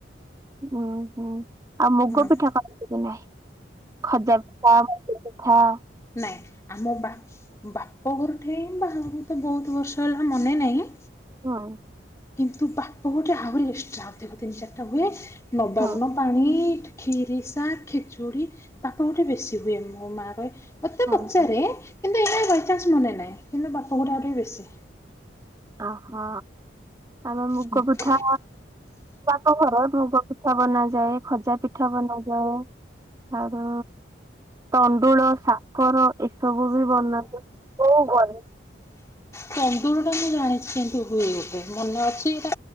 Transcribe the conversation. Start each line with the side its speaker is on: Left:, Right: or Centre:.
Right: ଉଁ ହୁଁ, ଆଉ ମୁଗ
Left: ହଁ
Right: ପିଠା କରନ୍ତି କି ନାହିଁ। ଖଜା ପିଠା <unintelligible> ହଁ।
Left: ନାଇଁ ଆମ ବା ବାପଘରଠେଇଁ ବାହାଘରୁକୁ ତ ବହୁତ ବର୍ଷ ହେଲା ମନେ ନାହିଁ।
Right: ହଁ।
Left: କିନ୍ତୁ ବାପ ଗୋଟେ ଆହୁରି ଏକ୍ସଟ୍ରା ଅଧିକ ତିନି ଚାରିଟା ହୁଏ ନବାର୍ନ-
Right: ହୁଁ
Left: ପାଣି, ଖିରିସା, ଖେଚୁଡି, ବାପ ଗୋଟେ ବେଶୀ ହୁଏ ମୋ ମା କହେ ମୋତେ
Right: ହୁଁ
Left: ପଚାରେ
Right: ହୁଁ।
Left: କିନ୍ତୁ ଏଇଆ ବାଇଚାନ୍ସ ମନେ ନାହିଁ କିନ୍ତୁ ବାପଗୁଡ଼ା ଆହୁରି ବି ବେଶୀ।
Right: ଓହୋ ଆମେ ମୁଗବ-
Left: ହଁ
Right: ପିଠା ବାପ ଘର ଭୋଗ ପିଠା ବନାଯାଏ, ଖଜା ପିଠା ବନାଯାଏ। ଆଉ ତଣ୍ଡୁଳ ସା- କର ଏସବୁ ବି ବନାନ୍ତି ବୋଉ କରେ।
Left: ଚନ୍ଦୁର ଟା ମୁଁ ଜାଣିଛି କେଏନ୍ତି ହୁଏ ଗୋଟେ ମନେ ଅଛି ଏଇଟା